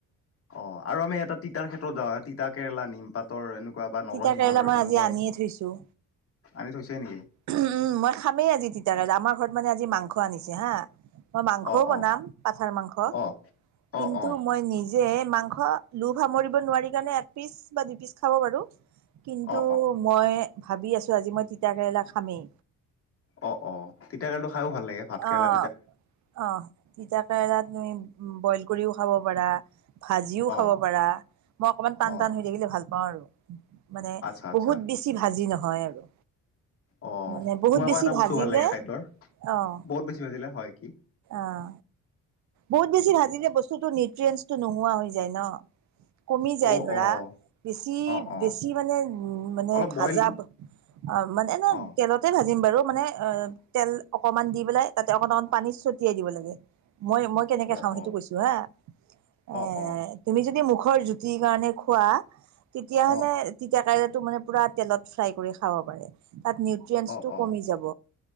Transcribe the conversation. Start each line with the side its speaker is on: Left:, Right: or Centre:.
Left: অ', আৰু আমি এটা তিতাৰ ক্ষেত্ৰত যাওঁ, তিতা কেৰেলা নিম পাতৰ এনেকুৱা এনেকুৱা বা নৰসিংহৰ,
Right: তিতা কেৰেলা মই
Left: এনেকুৱা
Right: আজি আনিয়ে থৈছো
Left: আনি থৈছে নেকি?
Right: উম, মই খামেই আজি তিতা
Left: অ
Right: কেৰেলা আমাৰ ঘৰত মানে আজি মাংস আনিছে হা। মই মাংসও
Left: অ
Right: বনাম
Left: অ
Right: পাথাৰ মাংস,
Left: অ
Right: কিন্তু
Left: অ অ
Right: মই নিজে লোভ সামৰিব নোৱাৰি কাৰণে এক পিচ বা দুই পিচ খাব পাৰো। কিন্তু
Left: অ
Right: মই ভাবি আছোঁ আজি মই তিতা কেৰেলা খামেই।
Left: অ', অ', তিতা কেৰেলটো খায়ো ভাল লাগে ভাত কেৰেলা
Right: অ', অ', তিতা কেৰেলাত ণি উম, বইল কৰিও খাব পাৰা, ভাজিও
Left: অ
Right: খাব পাৰা, মই অকনমান টান
Left: অ
Right: টান হৈ থাকিলে ভাল পাওঁ আৰু মানে
Left: আচ্ছা আচ্ছা
Right: বহুত বেছি ভাজি নহয় আৰু।
Left: অ
Right: মানে বহুত
Left: মোৰ আকৌ
Right: বেছি
Left: এটা বস্তু
Right: ভাজিলে
Left: ভাল লাগে খাদ্যৰ
Right: অ',
Left: বহুত বেছি ভাজিলে হয় কি?
Right: অ বহুত বেছি ভাজিলে বস্তুটোত নিউট্ৰিয়েঞ্চটো নোহোৱা হৈ যায় ন। কমি
Left: অ',
Right: যায় ধৰা
Left: অ',
Right: বেছি
Left: অ', অ',
Right: বেছি মানে উম, মানে
Left: অলপ
Right: ভাজা
Left: বইল
Right: অ মানে এনে
Left: অ',
Right: তেলতে ভাজিম বাৰু। মানে অ' তেল অকমান দি পেলাই তাতে অকণমান পানী ছটিয়াই দিব লাগে। মই মই কেনেকে
Left: অ',
Right: খাওঁ
Left: অ',
Right: সেইটো কৈছো হা', এ
Left: অ', অ',
Right: তুমি যদি মুখ বৰ জুতিৰ কাৰণে খোৱা তেতিয়া
Left: অ',
Right: হ'লে তিতা কেৰ টো মানে পুৰা তেলত ফ্ৰাই কৰি খাব পাৰে। তাত নিউট্ৰিয়েনচটো
Left: অ',
Right: কমি যাব।